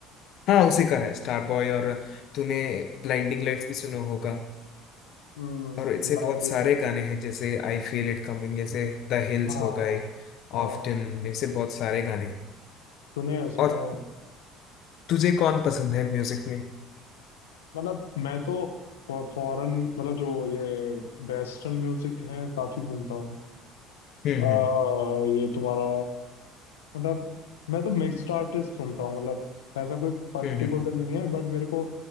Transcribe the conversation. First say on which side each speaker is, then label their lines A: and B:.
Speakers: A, on the left; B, on the left.
A: हाँ उसी का है स्टार बॉय और तूने ब्लाइंडिंग लाइट्स भी सुना होगा
B: हम्म
A: और ऐसे
B: बैंडिट
A: बहुत सारे गाने हैं जैसे आई फील इट कमिंग जैसे द हिल्स
B: हाँ
A: हो गए
B: हाँ
A: ऑफ्टन ऐसे बहुत सारे गाने हैं
B: सुने हैं सुने
A: और
B: हैं
A: तुझे कौन पसंद है म्यूजिक में
B: मतलब मैं तो फॉरेन मतलब जो ये वेस्टर्न म्यूजिक है काफी सुनता हूँ
A: हम्म
B: आ,
A: हम्म
B: ये तुम्हारा मतलब मैं तो मिक्स्ड आर्टिस्ट सुनता हूँ मतलब ऐसा कोई पर्टिकुलर
A: हम्म हम्म
B: नहीं है बट मेरे को